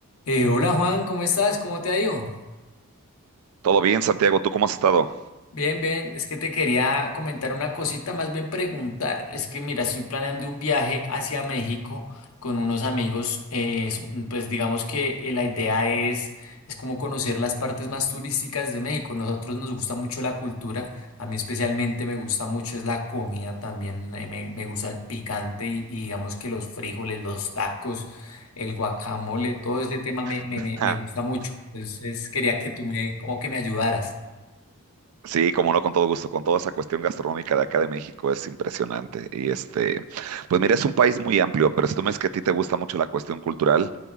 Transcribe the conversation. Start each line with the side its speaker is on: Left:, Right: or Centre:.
Left: Eh, hola Juan, ¿cómo estás? ¿Cómo te ha ido?
Right: Todo bien, Santiago, ¿tú cómo has estado?
Left: Bien, bien, es que te quería comentar una cosita, más bien preguntar. Es que mira, estoy planeando un viaje hacia México con unos amigos. eh, es- mm, pues digamos que eh, la idea es, es como conocer las partes más turísticas de México. Nosotros nos gusta mucho la cultura, a mí especialmente me gusta mucho es la comida también, eh, me, me gusta el picante y, y digamos que los frijoles, los tacos, el guacamole, todo ese tema me, me,
Right: <laughs>
Left: me me gusta mucho. Entonces quería que tú me, como que me ayudaras.
Right: Sí, como no, con todo gusto, con toda esa cuestión gastronómica de acá de México es impresionante. Y este, pues mira, es un país muy amplio, pero si tú me dices que a ti te gusta mucho la cuestión cultural,